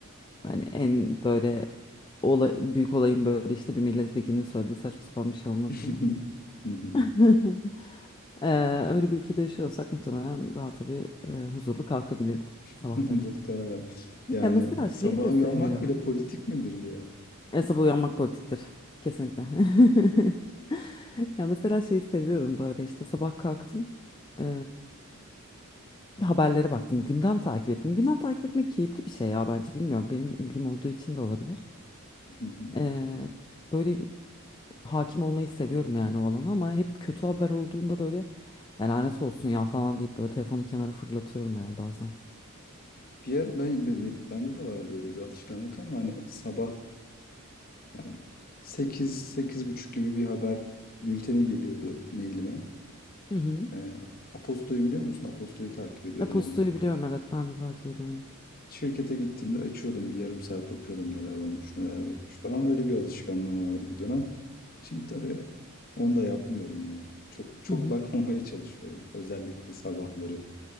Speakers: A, on the left; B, on the left.
A: hani en böyle ola- büyük olayın böyle işte bir milletvekilinin söylediği saçma sapan bir şey olmasını.
B: <laughs> Hı hı.
A: <laughs> Ee, öyle bir ülkede yaşıyorsak muhtemelen daha tabii e, huzurlu kalkabilirdim sabahları.
B: <laughs> Muhtemelen. Yani
A: Ya mesela şeyi
B: sabah
A: de seviyorum.
B: uyanmak bile politik midir ya?
A: E, sabah uyanmak politiktir. Kesinlikle. <laughs> Ya mesela şeyi seviyorum böyle işte sabah kalktım. e, haberlere baktım. Gündem takip ettim. Gündem takip etmek keyifli bir şey ya bence bilmiyorum. Benim ilgim olduğu için de olabilir.
B: Hı hı.
A: E, böyle hakim olmayı seviyorum yani o alana ama hep kötü haber olduğunda böyle "Ya lanet olsun ya falan deyip böyle telefonu kenara fırlatıyorum yani bazen.
B: Bir ara ben, ben- bende de vardı öyle bir alışkanlık ama hani sabah yani 8 sekiz buçuk gibi bir haber bülteni geliyordu mailime.
A: Hı hı.
B: Ee, Aposto'yu biliyor musun? Aposto'yu takip ediyordum
A: E-postayı
B: onun.
A: biliyorum evet ben de takip ediyorum.
B: Şirkete gittiğimde açıyordum bir yarım saat okuyordum neler olmuş neler bitmiş falan öyle bir alışkanlığım vardı bir dönem. Şimdi tabii onu da yapmıyorum ya. Çok çok
A: Hı hı.
B: bakmamaya çalışıyorum özellikle sabahları.